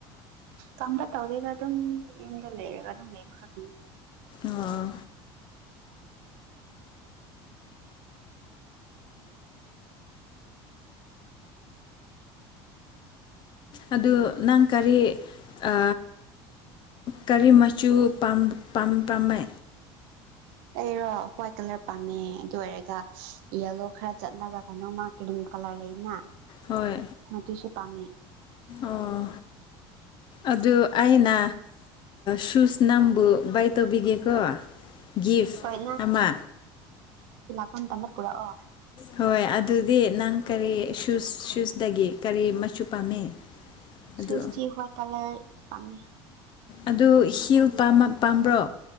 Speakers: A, on the right; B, on the left.
A: ꯀꯝꯗ ꯇꯧꯗꯦꯗ ꯑꯗꯨꯝ ꯌꯨꯝꯗ ꯂꯩꯔꯒ ꯑꯗꯨꯝ ꯂꯩꯕ ꯈꯛꯇꯅꯤ
B: ꯑꯣ ꯑꯗꯨ ꯅꯪ ꯀꯔꯤ ꯑ ꯀꯔꯤ ꯃꯆꯨ ꯄꯥꯝ ꯄꯝꯃꯦ
A: ꯑꯩꯔꯣ ꯍ꯭ꯋꯥꯏꯠ ꯀꯂꯔ ꯄꯥꯝꯃꯦ ꯑꯗꯨ ꯑꯣꯏꯔꯒ ꯌꯦꯂꯣ ꯈꯔ ꯆꯠꯅꯕ ꯀꯩꯅꯣꯃ ꯀ꯭ꯔꯤꯝ ꯀꯂꯔ ꯂꯩꯅ
B: ꯍꯣꯏ
A: ꯃꯗꯨꯁꯨ ꯄꯥꯝꯃꯦ
B: ꯑꯣ ꯑꯗꯨ ꯑꯩꯅ ꯁꯨꯁ ꯅ ꯕꯨ ꯕꯥꯏ ꯇꯣꯕꯤꯒꯦꯀꯣ ꯒꯤꯐꯇ
A: ꯍꯣꯏ
B: ꯑꯃ
A: ꯑꯝꯇꯪꯒ ꯄꯨꯔꯛꯑꯣ
B: ꯍꯣꯏ ꯑꯗꯨꯗꯤ ꯅꯪ ꯀꯔꯤ ꯁꯨ ꯁꯨꯁ ꯁꯨꯁꯇꯗꯒꯤ ꯀꯔꯤ ꯃꯆꯨ ꯄꯥꯝꯃꯤ
A: ꯁꯨꯁꯇꯤ
B: ꯑꯗꯨ
A: ꯍꯋꯥꯏꯠ ꯀꯂꯔ ꯄꯥꯝꯃꯤ
B: ꯑꯗꯨ ꯍꯤꯜ ꯄꯝꯃ ꯄꯥꯝꯕ꯭ꯔꯣ